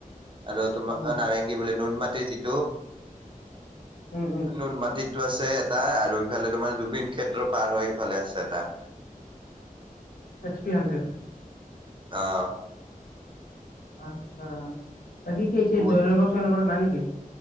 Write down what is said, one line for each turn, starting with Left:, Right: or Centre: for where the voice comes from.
Right: আৰু তোমাৰ
Left: উম,
Right: নাৰেংগী বোলে, নুন মাটিৰ যিটো
Left: উম, উম,
Right: নুন মাটিতো আছে এটা, আৰু এইফালে তোমাৰ জুবিন ক্ষেত্ৰৰ পাৰ হৈ এইফালে আছে এটা।
Left: XP hundred.
Right: অ'।
Left: আচ্ছা, বাকী কি হৈছে,
Right: বহুত
Left: জয় গছ <unintelligible> নাই নেকি?